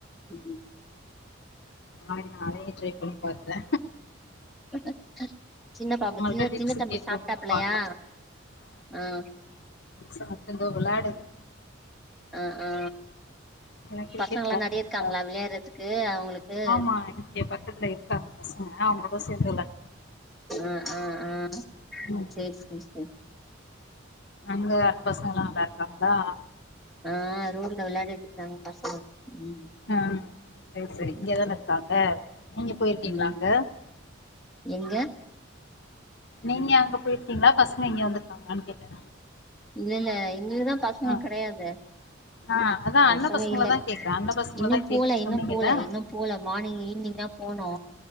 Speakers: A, in the centre; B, on the left (about 55°).
A: ம்
B: நாளைக்கு நா அதையு ட்ரை பண்ணி பாக்கறே
A: <inaudible> சின்னப்பாம்புகி
B: உங்கள்ட்ட டிப்ஸ்
A: சின்ன தம்பி
B: கேட்போம்னு
A: சாப்ட்டாப்பலையா
B: பாக்கலா
A: ஆ
B: சாப்டு இந்தோ வெளாடுது
A: அ ஆ
B: எல்லா கிரிக்கெட்
A: பசங்களா
B: விளையாடிட்டு
A: நெறைய இருக்காங்களா
B: இருக்கா
A: விளையாறுதுக்கு அவ்ங்குளுக்கு
B: ஆமா இங்க பக்கத்துல இருக்காங்க பசங்க அவங்களோட சேந்து வெளாடு
A: அ ஆ ஆ
B: ம்
A: சேர் சேரி சேரி
B: அங்க அ பசங்கல்லா நல்லா இருக்காங்களா
A: ஆ ரோட்ல வெளையாடிட்டு இருக்காங்க பசங்க ம்
B: ம் செரி செரி
A: ம்
B: இங்கதான இருக்காங்க நீங்க போயிருக்கீங்களா
A: ம்
B: அங்க
A: எங்க
B: நீங்க அங்க போயிருக்கீங்களா பசங்க இங்க வந்திருக்காங்களானு கேட்டே
A: இல்ல இல்ல எங்களுக்கு தா பசங்க
B: ஆ
A: கெடையாதே
B: ஆ அதா
A: பசக
B: அண்ண பசங்கள
A: இல்ல
B: தா கேக்குறே அண்ண பசங்கள
A: இன்னு
B: தா
A: பூல
B: கேக்குன்னு
A: இன்னு
B: சொன்னீங்கல்ல
A: பூல இன்னும் போல மார்னிங் ஈவினிங் தா போனு